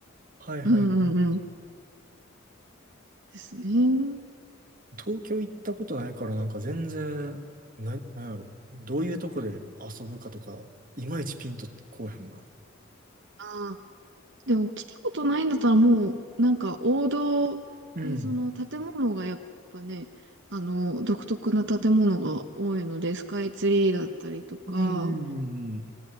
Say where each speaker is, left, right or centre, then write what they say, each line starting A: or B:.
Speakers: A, on the right (about 45°); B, on the right (about 60°).
A: あ、はいはいはい。
B: うんうんうん。ですね。
A: 東京行ったことないからなんか全然、な、なんやろ。どういうとこで遊ぶかとか、いまいちピンとこうへんな。
B: あでも来たことないんだったらもう、なんか王道で、
A: うん。
B: その建物がやっぱね、あの、独特な建物が多いので、スカイツリーだったりとか、
A: うんうんうん。